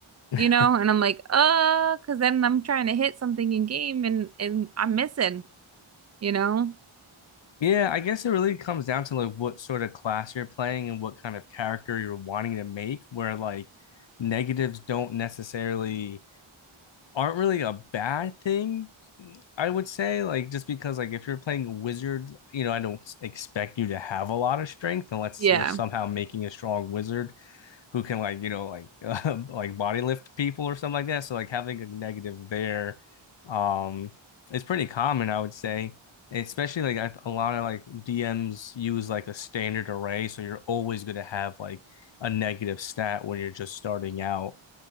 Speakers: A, on the left (about 60°); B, on the right (about 35°).
A: <laughs>
B: you know, and I'm like, uh, because then I'm trying to hit something in game and and I'm missing, you know?
A: yeah, I guess it really comes down to like what sort of class you're playing and what kind of character you're wanting to make where like negatives don't necessarily aren't really a bad thing. I would say like just because like if you're playing a wizard, you know, I don't expect you to have a lot of strength unless
B: Yeah.
A: you're somehow making a strong wizard who can like you know like <laughs> uh, like body lift people or something like that. So like having a negative there, um, it's pretty common, I would say. Especially like I- a lot of like DMs use like a standard array, so you're always going to have like a negative stat when you're just starting out.